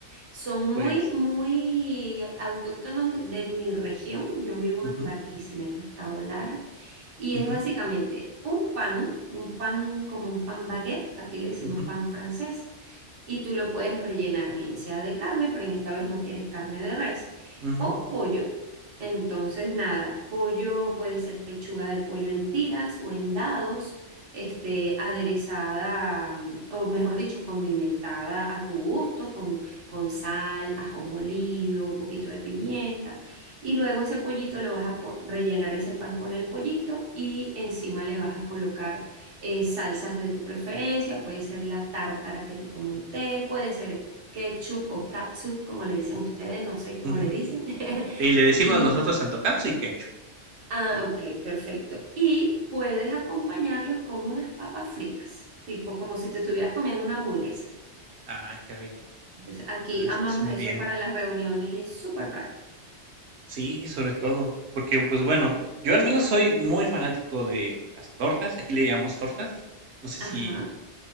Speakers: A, on the right; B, on the right.
A: Son muy,
B: pues
A: muy autóctonos de mi región. Yo vivo
B: Ujú,
A: en Barquisimeto, Estado Lara. Y
B: ujú,
A: es básicamente un pan, un pan como un pan baguette, aquí le decimos
B: ujú,
A: pan francés, y tú lo puedes rellenar bien sea de carne, pero en esta vez no quieres carne de res,
B: ujú,
A: o pollo. Entonces, nada, pollo puede ser pechuga de pollo en tiras o en dados, este, aderezada, o mejor dicho, condimentada a tu gusto, con, con sal, ajo molido, un poquito de pimienta. Y luego ese pollito lo vas a po- rellenar ese pan con el pollito y encima le vas a colocar eh, salsas de tu preferencia. Puede ser la tártara que te comenté, puede ser ketchup o catsup, como le dicen ustedes, no sé cómo
B: ujú.
A: le dicen. <laughs>
B: Y le decimos
A: Y,
B: nosotros tanto catsup y ketchup.
A: ah, ok, perfecto. Y puedes acompañarlos con unas papas fritas, tipo como si te estuvieras comiendo una hamburguesa.
B: Ay, qué rico.
A: Entonces, aquí
B: La verdad
A: amamos
B: es que suena
A: eso
B: bien.
A: para las reuniones y es súper práctico.
B: Sí, sobre todo, porque pues bueno,
A: Ujú.
B: yo al menos soy muy fanático de las tortas, aquí le llamamos tortas. No sé
A: Ajá,
B: si